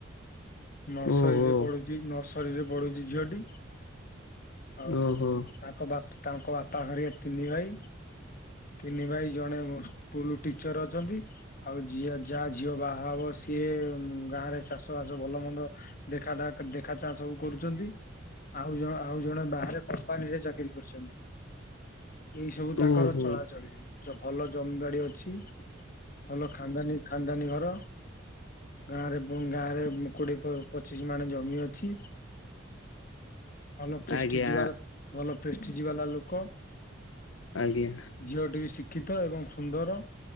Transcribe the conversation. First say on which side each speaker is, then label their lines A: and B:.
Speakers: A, on the left (about 45°); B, on the left (about 75°).
A: ନର୍ସରୀରେ
B: ଓହୋ।
A: ପଢୁଛି, ନର୍ସରୀ ରେ ପଢୁଛି ଝିଅଟି ଆଉ
B: ଓହୋ
A: ତାଙ୍କ ବାପ, ତାଙ୍କ ବାପା ତାଙ୍କର ତିନି ଭାଇ, ତିନି ଭାଇ ଜଣେ ସ୍କୁଲ ଟିଚର ଅଛନ୍ତି ଆଉ, ଝିଅ ଯାହା ଝିଅ ବାହା ହେବ, ସିଏ ଗାଁ ରେ ଚାଷ ବାସ ଭଲ ମନ୍ଦ ଦେଖା ଦେଖା ଚାହାଁ ସବୁ କରୁ ଆ, ଆଉ ଜଣେ ବାହାରେ କମ୍ପାନୀରେ ଚାକିରୀ କରିଛନ୍ତି। ଏଇ ସବୁ ତାଙ୍କର
B: ଓହୋ ହୁଁ
A: ଚଳାଚଳ, ଭଲ ଜମିବାଡି ଅଛି ଭଲ ଖାନଦାନୀ, ଖାନଦାନୀ ଘର, ଗାଁରେ ପୁଣି ଗାଁରେ କୋଡିଏ ପଚିଶି ମାନେ ଜମି ଅଛି ଭଲ ପେଷ୍ଟି
B: ଆଜ୍ଞା
A: ଯିବା ଭଲ ପେଷ୍ଟି ଯିବାଲା ଲୋକ
B: ଆଜ୍ଞା
A: ଝିଅଟି ବି ଶିକ୍ଷିତ ଏବଂ ସୁନ୍ଦର